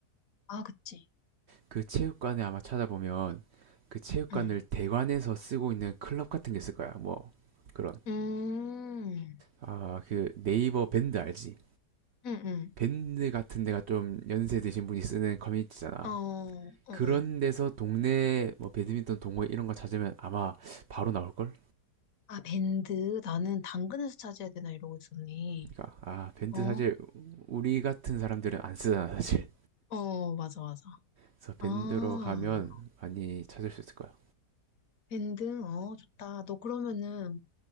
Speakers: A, on the left; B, on the right.
A: 아, 그치.
B: 그 체육관에 아마 찾아보면 그 체육관을
A: 응.
B: 대관해서 쓰고 있는 클럽 같은 게 있을 거야. 뭐 그런.
A: 음,
B: 아, 그 네이버 밴드 알지?
A: 응, 응.
B: 밴드 같은 데가 좀 연세 드신 분이 쓰는 커뮤니티잖아.
A: 어, 어,
B: 그런
A: 어.
B: 데서 동네 뭐 배드민턴 동호회 이런 거 찾으면 아마 바로 나올 걸?
A: 아, 밴드. 나는 당근에서 찾아야 되나 이러고 있었니
B: 그러니까 아, 밴드
A: 어,
B: 사실 우리 같은 사람들은 안 쓰잖아, 사실.
A: 어, 맞아, 맞아.
B: 그래서 밴드로
A: 아,
B: 가면 많이 찾을 수 있을 거야.
A: 밴드. 어, 좋다. 너 그러면은,